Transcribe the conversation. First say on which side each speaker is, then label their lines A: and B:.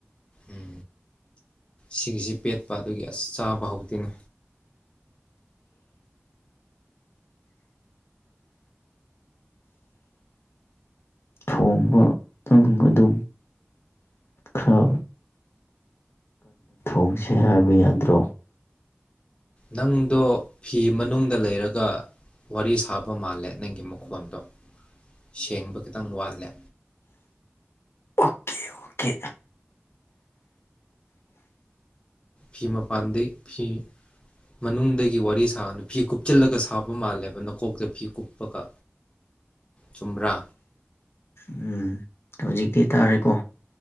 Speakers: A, on the left; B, on the left.
A: ꯎꯝ ꯁꯤꯒꯤꯁꯤ ꯄꯦꯠꯄ ꯑꯗꯨꯒꯤ ꯑꯁ ꯆꯥꯕ ꯍꯧꯇꯦꯅꯦ
B: ꯊꯣꯡꯕ ꯅꯪ ꯑꯗꯨꯝ ꯈꯔ ꯍꯣꯡꯁꯦ ꯍꯥꯏꯕ ꯌꯥꯗ꯭ꯔꯣ?
A: ꯅꯪꯗꯣ ꯐꯤ ꯃꯅꯨꯡꯗ ꯂꯩꯔꯒ ꯋꯥꯔꯤ ꯁꯥꯕ ꯃꯥꯜꯂꯦ ꯅꯪꯒꯤ ꯃꯈꯣꯟꯗꯣ ꯁꯦꯡꯕ ꯈꯤꯇꯪ ꯋꯠꯂꯦ
B: ꯑꯣꯀꯦ ꯑꯣꯀꯦ
A: ꯐꯤ ꯃꯄꯥꯟꯗꯒꯤꯩ ꯐꯤ ꯃꯅꯨꯡꯗꯒꯤ ꯋꯥꯔꯤ ꯁꯥꯅ ꯐꯤ ꯀꯨꯞꯁꯤꯜꯂꯒ ꯁꯥꯕ ꯃꯥꯜꯂꯦꯕ ꯅꯀꯣꯛꯇ ꯐꯤ ꯀꯨꯞꯄꯒ ꯆꯨꯝꯕ꯭ꯔ?
B: ꯎꯝ ꯍꯧꯖꯤꯛꯇꯤ ꯇꯥꯔꯦꯀꯣ?